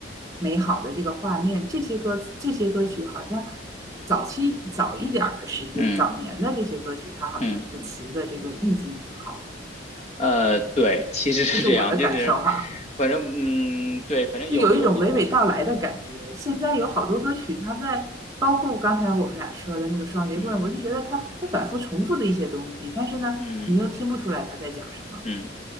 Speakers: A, on the right (about 15°); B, on the left (about 35°).
A: 美好的这个画面，这些歌这些歌曲好像早期早一点儿的时间，
B: 嗯
A: 早年的这些歌曲，它好像这个词的这个意境挺好的，
B: 嗯，呃，对，其实是这样，
A: 这是我的感受哈，
B: 就是反正嗯，对，反正有有有我，
A: 就有一种娓娓道来的感觉。现在有好多歌曲，它在包括刚才我们俩说的那个双截棍，
B: 嗯
A: 我就觉得它它反复重复的一些东西，但是呢，
B: 嗯
A: 你又听不出来他在讲什么。
B: 嗯，